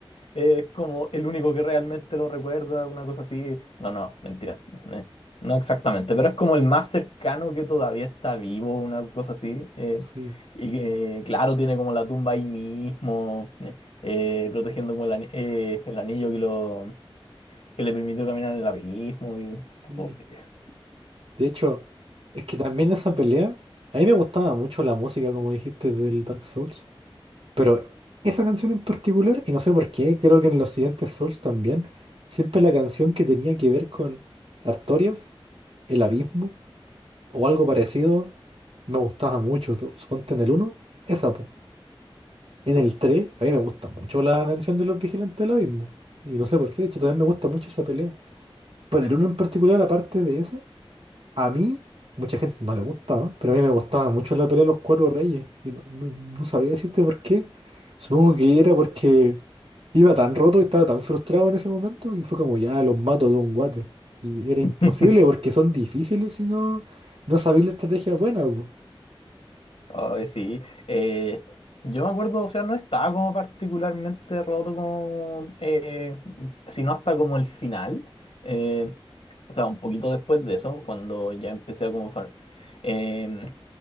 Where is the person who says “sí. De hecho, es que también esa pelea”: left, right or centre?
Right